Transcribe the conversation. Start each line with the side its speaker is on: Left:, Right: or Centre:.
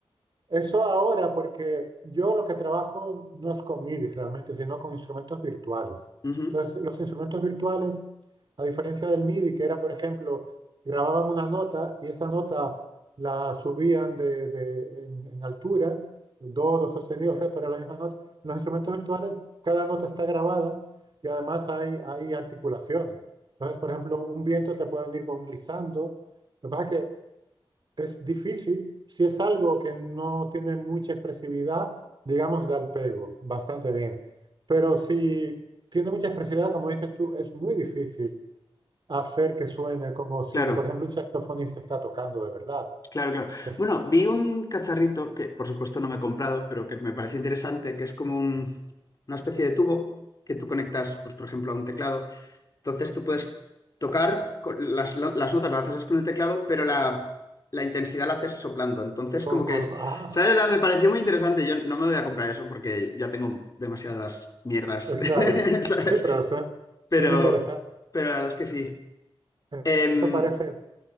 Right: Eso ahora, porque yo lo que trabajo no es con MIDI realmente, sino con instrumentos virtuales.
Left: Ujú.
Right: Entonces, los instrumentos virtuales, a diferencia del MIDI, que era, por ejemplo, grababan una nota y esa nota la subían de, de- en, en altura, do, do sostenido, re, pero la misma nota. En los instrumentos virtuales, cada nota está grabada y además hay, hay articulaciones. Entonces, por ejemplo, un viento te puede venir con un glissando. Lo que pasa es que es difícil, si es algo que no tiene mucha expresividad, digamos, da el pego bastante bien. Pero si tiene mucha expresividad, como dices tú, es muy difícil hacer que suene como si,
Left: Claro,
Right: por ejemplo, un saxofonista está tocando de verdad.
Left: claro, claro.
Right: Eso,
Left: Bueno, vi un cacharrito que por supuesto no me he comprado, pero que me pareció interesante, que es como un- una especie de tubo que tú conectas, pues por ejemplo, a un teclado. Entonces tú puedes tocar con las, lo- las notas, las haces con el teclado, pero la, la intensidad la haces soplando. Entonces
Right: eh, con-
Left: como que
Right: con-
Left: es...
Right: ah,
Left: ¿Sabes? O sea, me pareció muy interesante. Yo no me voy a comprar eso porque ya tengo demasiadas mierdas,
Right: eh,
Left: <laughs>
Right: claro.
Left: ¿sabes?
Right: Sí, pero son,
Left: Pero,
Right: son interesantes.
Left: pero la verdad es que sí.
Right: Eh,
Left: Em,
Right: Eso parece